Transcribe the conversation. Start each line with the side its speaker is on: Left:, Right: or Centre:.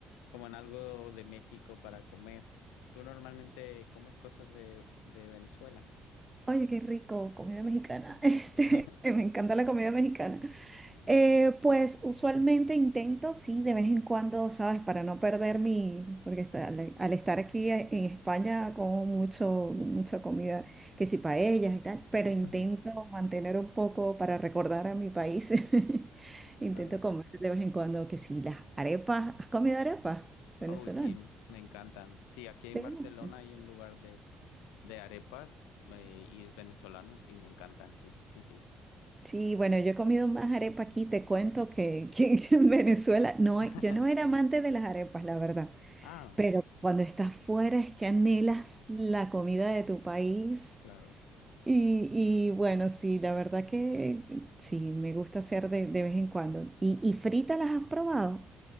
Left: como en algo de México para comer. ¿Tú normalmente comes cosas de, de Venezuela?
Right: Oye, qué rico, comida mexicana. <laughs> Este,
Left: <laughs>
Right: me encanta la comida mexicana.
Left: Ah,
Right: Eh, pues usualmente intento, sí, de vez en cuando, ¿sabes? Para no perder mi, porque esta- al, al estar aquí e- en España como mucho, mucha comida, que si paellas y tal, pero intento
Left: ujú,
Right: mantener un poco para recordar a mi país. <laughs> Intento
Left: Claro.
Right: comer de vez en cuando, que si las arepas, ¿has comido arepas venezolanas?
Left: Uy, sí, me encantan. Sí, aquí en
Right: ¿Te
Left: Barcelona
Right: gustan?
Left: hay un lugar de, de arepas eh, y es venezolano y me encantan, sí, sí, sí.
Right: Sí, bueno, yo he comido más arepa aquí, te cuento que, que <laughs> en Venezuela, no,
Left: <laughs>
Right: yo no era amante de las arepas, la verdad,
Left: Ah,
Right: pero cuando estás fuera es que anhelas la comida de tu país
Left: claro.
Right: y, y bueno, sí, la verdad que sí, me gusta hacer de, de vez en cuando. ¿Y, y fritas las has probado?